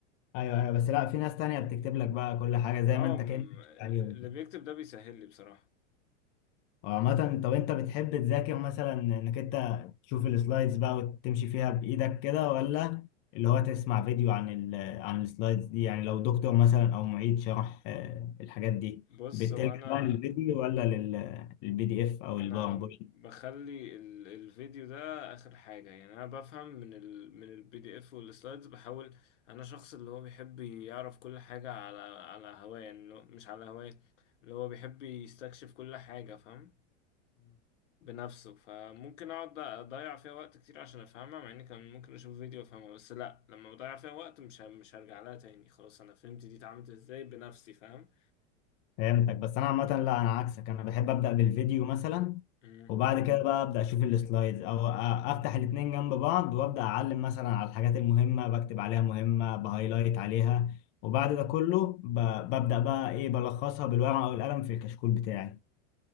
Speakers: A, on the left; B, on the left.
A: ايوه ايوه بس لا في ناس تانية بتكتب لك بقى كل حاجه زي
B: اه
A: ما انت
B: م-
A: كانك مشيت عليهم
B: اللي بيكتب ده بيسهل لي بصراحة
A: وعامة طب انت بتحب تذاكر مثلا انك انت تشوف السلايدز بقى وتمشي فيها بايدك كده ولا اللي هو تسمع فيديو عن ال عن السلايدز دي يعني لو دكتور مثلا او معيد شرح آه، الحاجات دي
B: بص
A: بتلجأ
B: هو انا
A: بقى للفيديو ولا للبي دي اف او
B: انا
A: الباوربوينت
B: بخلي ال- الفيديو ده اخر حاجة يعني انا بفهم من ال من البي دي اف والسلايدز بحاول انا شخص اللي هو بيحب يعرف كل حاجة على على هواه يعني اللي هو- مش على هواه اللي هو بيحب يستكشف كل حاجة فاهم بنفسه فممكن اقعد اضيع فيها وقت كتير عشان افهمها مع اني كان ممكن اشوف فيديو افهمها بس لا لما بضيع فيها وقت مش ه- مش هرجع لها تاني خلاص انا فهمت دي اتعملت ازاي بنفسي فاهم
A: فهمتك بس انا عامه لا انا عكسك انا بحب ابدا بالفيديو مثلا
B: مم.
A: وبعد كده بقى ابدا اشوف السلايدز او أ- افتح الاتنين جنب بعض وابدا اعلم مثلا على الحاجات المهمه بكتب عليها مهمه بهايلايت عليها وبعد ده كله ب- ببدا بقى ايه بلخصها بالورقه والقلم في الكشكول بتاعي